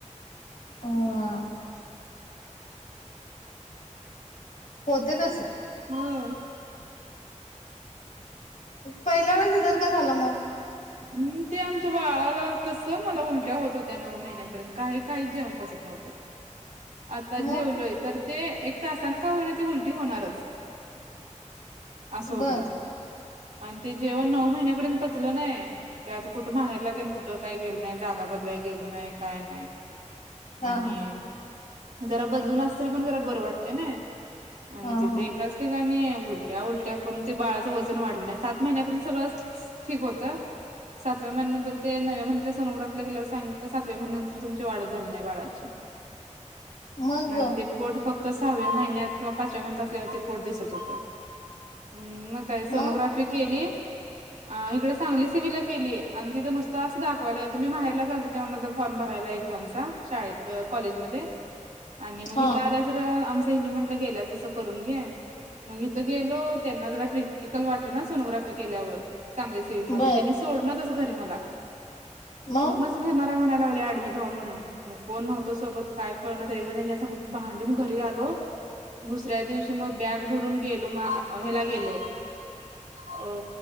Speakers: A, on the left (about 90°); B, on the right (about 75°).
A: ह <inaudible> होते तसं.
B: हम्...
A: पहिल्या वेळेस सिजर का झालं मग?
B: हम्म ते आमच्या बाळाला कसं मला उलट्या होत, होत्या नऊ महिन्यापर्यंत काही काही जेवण पचत नव्हतं. आता
A: मग
B: जेवलोय तर, ते एक तासानं का होईना ते उलट ी होणारच. असं होत
A: बर
B: होतं. आणि ते जेवण नऊ महिन्यापर्यंत पचलं नाही. त्यात आता कुठं माहेरला ते कुठं काय गेलो नाय, जागा बदलाय गेलो नाय काय नाय. आणि
A: हा हा
B: जरा बदलून असतरी पण जरा बरं वाटतय नाही. आणि
A: हा
B: तिथे
A: हा
B: एकाच ठिकाणी उलट्या उलट्या करून ते बाळाचं वजन वाढलं नाही. सात महिन्यापर्यंत सगळं ठीक होतं- सातव्या महिन्यानंतर ते नवव्या महिन्यातल्या सोनोग्राफीला गेल्यावर सांगितलं सातव्या महिन्यानंतर तुमची वाढच झाली नाही बाळाची.
A: मग
B: आणि
A: ग?
B: ते पोट फक्- ते सहाव्या महिन्यात किंवा पाचव्या महिन्यात असल्यावरती पोट दिसत होतं. हम्, मग काय सोनोग्राफी
A: मग
B: केली- अ.. इकडे सांगली सिव्हिल ला केली आहे आणि तिथं नुसतं असं दाखवायला गेलतो, मी माहेरला आलतो तेव्हा माझा फॉर्म भरायला एक्झामचा शाळेत- कॉलेजमध्ये आणि मग हिथ
A: हा
B: आल्यावर - त्येनी म्हंटल गेल्यास तसं करून घे, मग हिथ गेलो त्यांना जरा क्रिटिकल वाटलं ना सोनोग्राफी? केल्यावर- चांगले सिव्हिलमध्ये
A: बर
B: त्यांनीच घरी मला-
A: मग
B: म्हनुणच घेणार आहे, म्हणा लागलोय ऍडमिट व्हा म्हणून मग कोण नव्हतो सोबत, काय कळना तरी पण त्यांच्यासोबत भांडून घरी आलो, दुसऱ्या दिवशी मग बॅग भरून गेलो म ह्याला गेलो. अ